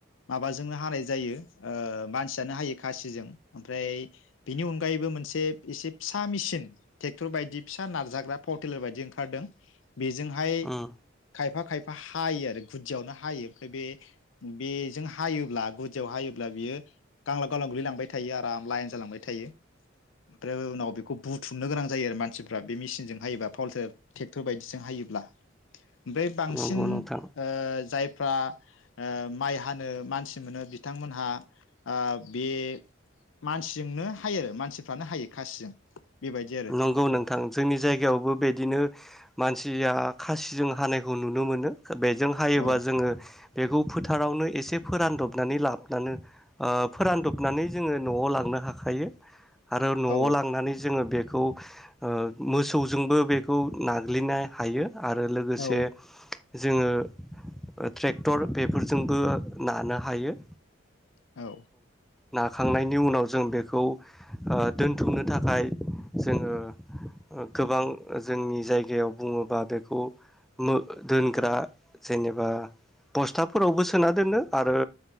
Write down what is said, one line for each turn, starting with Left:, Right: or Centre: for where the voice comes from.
Left: माबाजोंनो हानाय जायो ओ मानसियानो हायो खासिजों ओमफ्राय बिनि अनगायैबो मोनसे एसे फिसा मेसिन ट्रेक्टर बायदि फिसा नारजाग्रा पाव टेलार बायदि ओंखारदों बेजोंहाय
Centre: उम
Left: खायफा खायफा हायो आरो गुदियावनो हायो ओमफ्राय बे बेजों हायोब्ला गुदियाव हायोब्ला बियो गांलाब गांलांब गोलैलांबाय थायो अराम लाइन जालांबाय थायो उमफ्राय उनाव बेखौ बुथुमनो गोनां जायो आरो मानसिफ्रा बे मेसिनजों हायोब्ला पाव ट्रेक्टर बायदिजों हायोब्ला उमफ्राय बांसिन
Centre: नंगौ नोंथां।
Left: ओ जाय फ्रा माइ हानो मानसि मोनो बिथांमोनहा बे मानसिजोंनो हायो मानसिफ्रानो हायो खासिजों बेबायदि आरो
Centre: नंगौ नोंथां जोंनि जायगायावबो बिदिनो मानसिया खासिजों हानायखौ नुनो मोनो बेजों हायोबा
Left: औ
Centre: जोङो बेखौ फोथारावनो एसे फोरानदबनानै लाबनानो फोरानदबनानै जोङो नआव लांनो हाखायो आरो नआव
Left: औ
Centre: लांनानै जोङो बे बेखौ ओ मोसौजोंबो बेखौ नाग्लिनो हायो आरो लोगोसे
Left: औ
Centre: जोङो ट्रेक्टर बेफोरजोंबो नानो हायो
Left: औ
Centre: नाखांनायनि उनाव जों बेखौ ओ दोनथुमनो थाखाय जोङो गोबां जोंनि जायगायाव बुङोबा बेखौ नो-दोनग्रा जेनेबा बस्थाफोरावबो सोना दोनो आरो